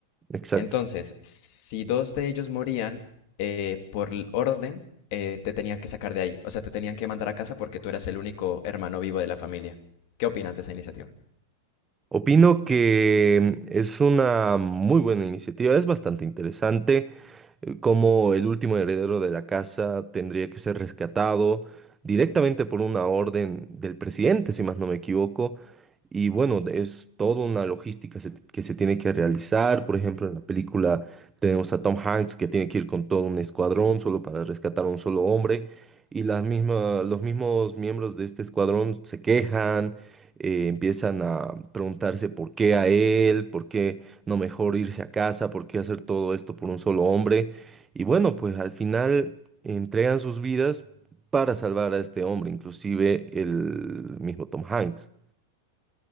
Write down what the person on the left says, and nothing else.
Entonces, si dos de ellos morían eh, por l- orden, eh, te tenían que sacar de ahí. O sea, te tenían que mandar a casa porque tú eras el único hermano vivo de la familia. ¿Qué opinas de esa iniciativa?